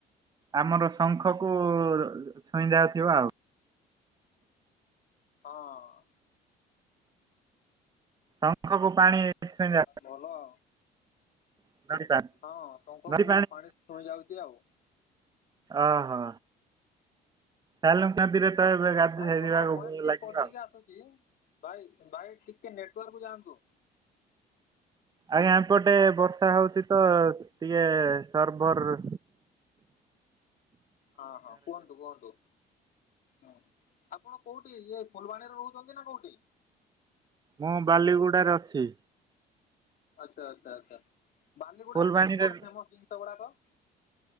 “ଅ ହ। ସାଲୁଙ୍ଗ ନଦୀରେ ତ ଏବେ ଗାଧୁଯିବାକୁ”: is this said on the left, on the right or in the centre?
Right